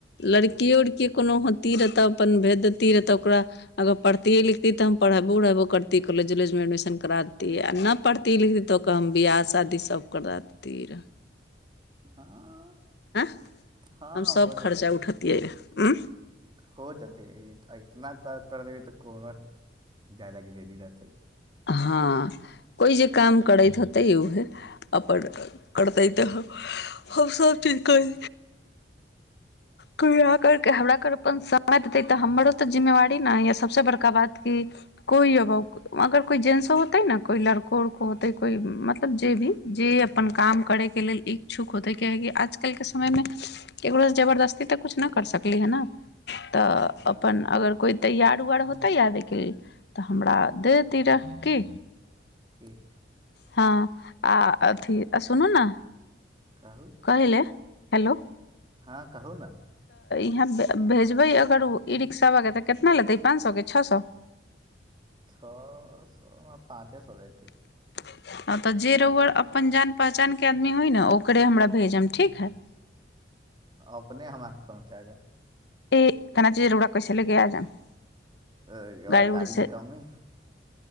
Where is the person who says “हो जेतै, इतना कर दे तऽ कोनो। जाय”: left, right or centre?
Right